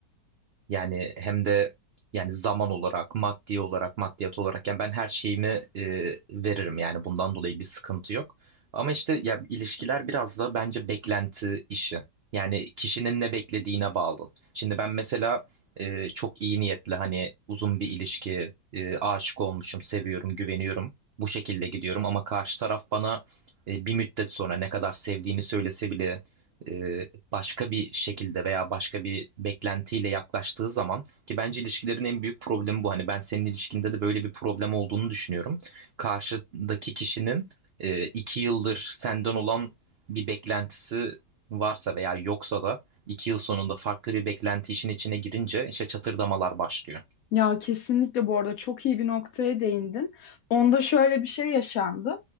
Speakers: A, on the right; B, on the left.
A: yani hem de yani zaman olarak, maddi olarak, maddiyat olarak yani ben her şeyimi e, veririm yani bundan dolayı bir sıkıntı yok. Ama işte ya ilişkiler biraz da bence beklenti işi. Yani kişinin ne beklediğine bağlı. Şimdi ben mesela e, çok iyi niyetli hani uzun bir ilişki, e, aşık olmuşum, seviyorum, güveniyorum. Bu şekilde gidiyorum ama karşı taraf bana e, bir müddet sonra ne kadar sevdiğini söylese bile e, başka bir şekilde veya başka bir beklentiyle yaklaştığı zaman ki bence ilişkilerin en büyük problemi bu. Hani ben senin ilişkinde de böyle bir problem olduğunu düşünüyorum. Karşıdaki kişinin e, iki yıldır senden olan bir beklentisi varsa veya yoksa da iki yıl sonunda farklı bir beklenti işin içine girince işte çatırdamalar başlıyor.
B: Ya kesinlikle bu arada çok iyi bir noktaya değindin. Onda şöyle bir şey yaşandı.